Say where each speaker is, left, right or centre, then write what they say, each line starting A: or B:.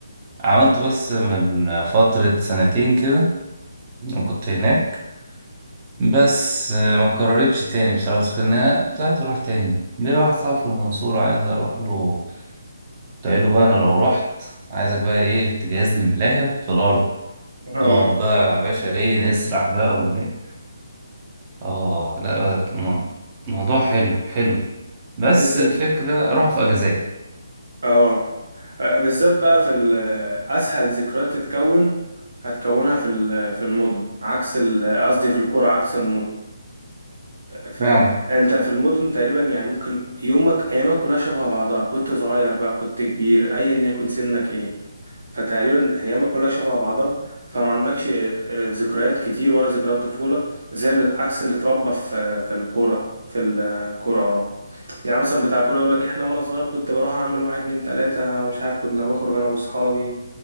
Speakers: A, on the right (about 25°); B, on the right (about 80°).
A: عملته بس من فترة سنتين كده كنت هناك بس ما كررتش تاني بصراحة بس كان أنا كنت عايز أروح تاني ليا واحد صاحبي في المنصورة عايز أروح له كنت قايل له بقى أنا لو رحت عايزك بقى إيه تجهز لي ملاية في الأرض
B: اه
A: نقعد بقى يا باشا إيه نسرح بقى ون... آه لا م- موضوع حلو حلو بس
B: بالذات
A: الفكرة أروح في أجازات
B: اه آه، بالذات بقى في ال- اسهل ذكريات تتكون هتكونها في ال- في المدن عكس ال- قصدي في القرى عكس المدن فاهم
A: يعني
B: انت في المدن تقريبا يعني ممكن يومك ايامك كلها شبه بعضها كنت صغير بقى كنت كبير ايا يكن سنك ايه فتقريبا ايامك كلها شبه بعضها فما عندكش آه، آه، ذكريات كتير ولا ذكريات طفولة زي ال- عكس اللي اتربى في في القرى في القرى يعني مثلا بتاع الكورة يقول لك احنا وانا صغير كنت بروح اعمل واحد اتنين تلاتة مش عارف كنا بخرج انا واصحابي